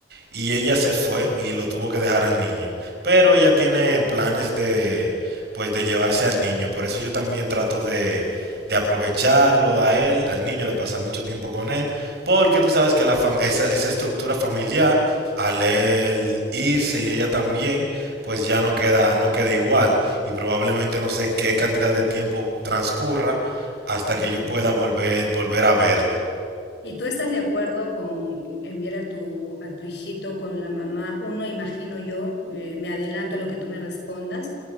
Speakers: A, on the right; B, on the left.
A: y ella se fue y lo tuvo que dejar al niño. Pero ella tiene planes de, pues, de llevarse al niño. Por eso yo también trato de, de aprovecharlo a él, al niño, de pasar mucho tiempo con él. Porque tú sabes que la fam- esa, esa estructura familiar, al él irse y ella también, pues ya no queda, no queda igual. Y probablemente no sé qué cantidad de tiempo transcurra hasta
B: ya,
A: que yo pueda
B: claro.
A: volver, volver a verlo.
B: ¿Y tú estás de acuerdo con enviar a tu, a tu hijito con la mamá? Uno, imagino yo, eh, me adelanto a lo que tú me respondas,